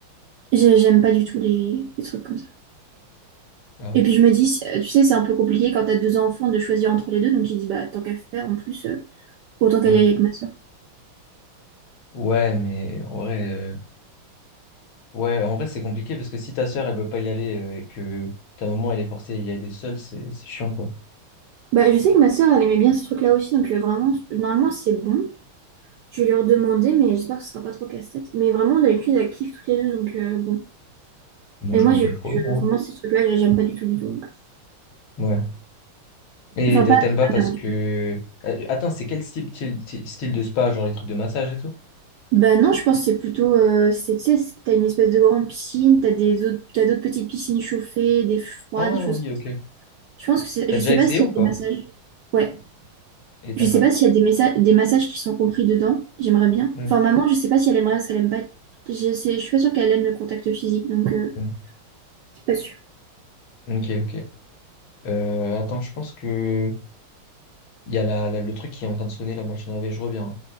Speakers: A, on the right (about 75°); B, on the left (about 75°).
A: J'ai- J'aime pas du tout les, les trucs comme ça.
B: Ah.
A: Et puis je me dis, euh, tu sais, c'est un peu compliqué quand t'as deux enfants de choisir entre les deux, donc j'ai dit, bah tant qu'à faire, en plus, euh, autant qu'elle
B: Hmm.
A: y aille avec ma soeur.
B: Ouais, mais en vrai, euh, ouais, en vrai, c'est compliqué parce que si ta sœur, elle veut pas y aller euh, et que ta maman, elle est forcée à y aller seule, c'est, c'est chiant, quoi.
A: Bah, je sais que ma soeur, elle aimait bien ce truc-là aussi, donc euh, vraiment, normalement, c'est bon. Je vais lui redemander, mais j'espère que ce sera pas trop casse-tête. Mais vraiment, d'habitude, elle kiffe toutes les deux, donc euh, bon.
B: Donc,
A: Mais
B: je
A: moi,
B: vois
A: je,
B: plus le problème.
A: je-
B: hein.
A: vraiment, ces trucs-là, je- j'aime pas du tout, du tout. donc.
B: Ouais. Et
A: Enfin,
B: t'a-
A: pas
B: t'aimes
A: avec
B: pas parce
A: ma mère, en
B: que...
A: tout cas.
B: Euh, Attends, c'est quel style, style, style de spa, genre les trucs de massage et tout?
A: Bah non, je pense que c'est plutôt... euh, c'est, tu sais, c'est- t'as une espèce de grande piscine, t'as des autres, t'as d'autres petites piscines chauffées, des froides,
B: Ah
A: des choses
B: oui,
A: comme
B: ok.
A: ça. Je pense que c'est...
B: T'as
A: Je
B: déjà
A: sais
B: essayé
A: pas s'il
B: ou
A: y a
B: pas?
A: des massages. Ouais.
B: Et
A: Je
B: t'aimes
A: sais
B: pas?
A: pas s'il y a des messa- des massages qui sont compris dedans. J'aimerais bien.
B: Mm.
A: Enfin, maman, je sais pas si elle aimerait, parce qu'elle aime pas... être- Je sais, je suis pas sûre qu'elle aime le contact physique, donc... euh,
B: Mm.
A: c'est pas sûr.
B: Ok, ok. Euh, attends, je pense que il y a la, la- le truc qui est en train de sonner, la machine à laver, je reviens. hein.